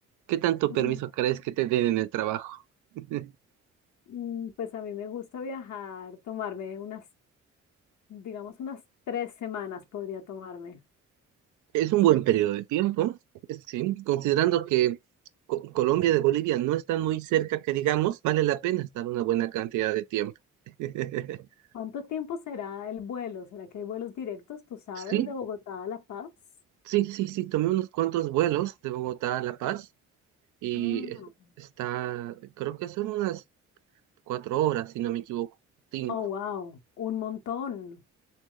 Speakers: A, on the right; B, on the left.
A: ¿Qué tanto
B: Mm,
A: permiso crees que te den en el trabajo? <laughs>
B: mm, Pues a mí me gusta viajar, tomarme unas, digamos, unas tres semanas podría tomarme.
A: Es un buen periodo de tiempo, es- sí, considerando que Co- Colombia de Bolivia no están muy cerca, que digamos, vale la pena estar una buena cantidad de tiempo. <laughs>
B: ¿Cuánto tiempo será el vuelo? ¿Será que hay vuelos directos, tú sabes,
A: Sí,
B: de Bogotá a La Paz?
A: sí, sí, sí, tomé unos cuantos vuelos de Bogotá a La Paz y
B: Ah,
A: eh, está, creo que son unas cuatro horas, si no me equivoco, cinco.
B: oh, wow, un montón.